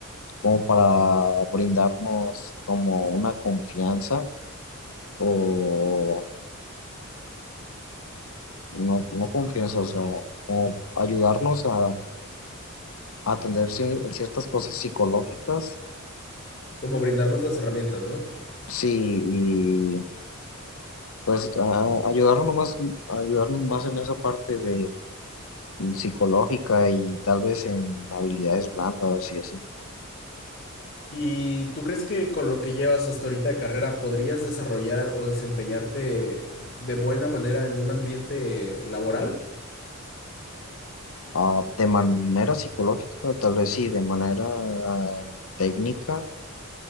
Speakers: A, on the left; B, on the left.
A: como para brindarnos como una confianza o no, no confianza, o sea, como ayudarnos a, a atender cier- ciertas cosas psicológicas.
B: Como brindarnos las herramientas, ¿no?
A: Sí, Pues a, ayudarnos nomás, ayudarnos más en esa parte de mm, psicológica y tal vez en habilidades blandas y así.
B: ¿Y tú crees que con lo que llevas hasta ahorita de carrera podrías desarrollar o desempeñarte de buena manera en un ambiente laboral?
A: Ah, de manera psicológica, tal vez sí, de manera ah, técnica,